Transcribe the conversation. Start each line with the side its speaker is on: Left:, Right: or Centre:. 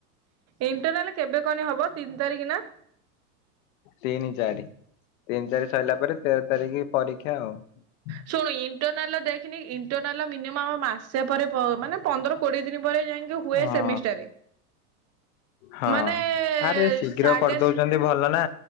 Right: ଇଣ୍ଟରନାଲ କେବେ କହନି ହବ ତିନି ତାରିଖ ନା?
Left: ତିନି ଚାରି। ତିନି ତାରିଖ ସରିଲା ପରେ ତେର ତାରିଖ ପରୀକ୍ଷା ଆଉ
Right: ଶୁଣୁ ଇଣ୍ଟରନାଲ ଦେଖେନି ଇଣ୍ଟରନାଲ ମିନିମମ୍ ମାସେ ପରେ ପ ମାନେ ପନ୍ଦର କୋଡ଼ିଏ ଦିନ ପରେ ଯାଇକି ହୁଏ
Left: ହଁ।
Right: ସେମିଷ୍ଟାରେ
Left: ହଁ
Right: ମାନେ
Left: ଆରେ ଶୀଘ୍ର
Right: ସାଙ୍ଗେ
Left: କରିଦଉଛନ୍ତି ଭଲ ନା।